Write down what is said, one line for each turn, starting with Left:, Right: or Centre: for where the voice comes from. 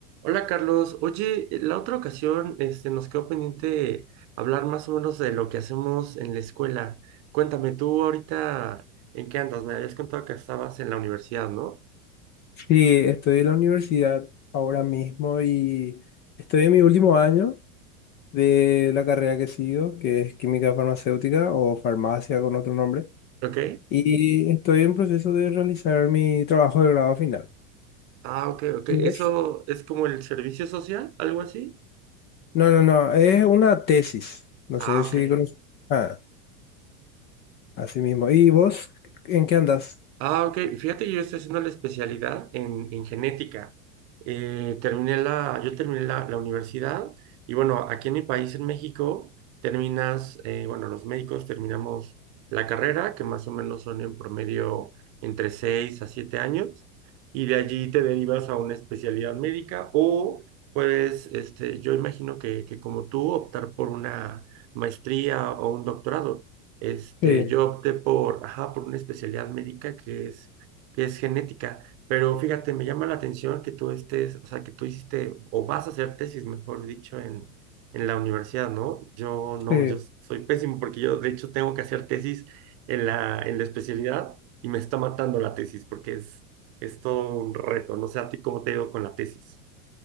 Right: Hola Carlos, oye, eh, la otra ocasión este, nos quedó pendiente hablar más o menos de lo que hacemos en la escuela. Cuéntame, tú ahorita, ¿en qué andas? Me habías contado que estabas en la universidad, ¿no?
Left: Sí, estoy en la universidad ahora mismo y estoy en mi último año de la carrera que sigo, que es química farmacéutica o farmacia con otro nombre,
Right: ¿Ok?
Left: y estoy en proceso de realizar mi trabajo de grado final.
Right: Ah, ok, ok.
Left: ¿Y vos?
Right: ¿Eso es como el servicio social, algo así?
Left: No, no, no, es una tesis, no
Right: Ah,
Left: sé
Right: ok.
Left: si conoces. Ah, así mismo. ¿Y vos en qué andas?
Right: Ah, ok. Fíjate que yo estoy haciendo la especialidad en, en genética. Eh, terminé la, yo terminé la, la universidad y bueno, aquí en mi país, en México, terminas, eh, bueno, los médicos terminamos la carrera, que más o menos son en promedio entre 6 a 7 años, y de allí te derivas a una especialidad médica o puedes, este, yo imagino que, que como tú, optar por una maestría o un doctorado. Este,
Left: Sí,
Right: yo opté por, ajá, por una especialidad médica que es, que es genética, pero fíjate, me llama la atención que tú estés, o sea, que tú hiciste, o vas a hacer tesis, mejor dicho, en, en la universidad, ¿no? Yo no,
Left: sí,
Right: yo soy pésimo porque yo, de hecho, tengo que hacer tesis en la, en la especialidad y me está matando la tesis porque es, es todo un reto, no sé a ti cómo te ha ido con la tesis.